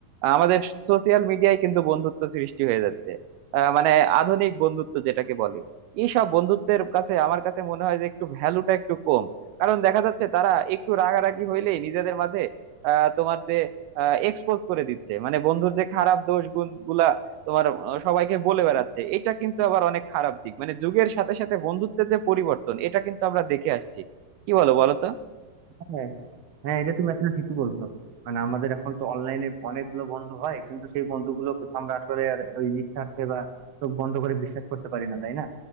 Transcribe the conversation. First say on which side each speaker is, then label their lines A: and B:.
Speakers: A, on the right (about 80°); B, on the right (about 65°).
A: আমাদের সোশিয়াল মিডিয়ায় কিন্তু বন্ধুত্ব সৃষ্টি হয়ে যাচ্ছে আহ, মানে আধুনিক বন্ধুত্ব যেটাকে বলে এইসব বন্ধুত্বের কাছে আমার কাছে মনে হয় যে একটু ভ্যালুটা একটু কম কারণ দেখা যাচ্ছে তারা একটু রাগারাগি হইলেই নিজেদের মাঝে আহ, তোমার যে এক্সপোজ করে দিচ্ছে মানে বন্ধুর যে খারাপ দোষ গুণ গুলা তোমার আহ, সবাইকে বলে বেড়াচ্ছে এটা কিন্তু আবার অনেক খারাপ দিক মানে যুগের সাথে সাথে বন্ধুত্বের যে পরিবর্তন এটা কিন্তু আমরা দেখে আসছি কি বলো বলো তো
B: হ্যাঁ হ্যাঁ এটা তুমি আসলে ঠিকই বলছো মানে আমাদের এখন তো অনলাইনে অনেকগুলো বন্ধু হয় কিন্তু সেই বন্ধুগুলো তো আমরা আসলে আর ওই নিঃস্বার্থে বা চোখ বন্ধ করে বিশ্বাস করতে পারি না তাই না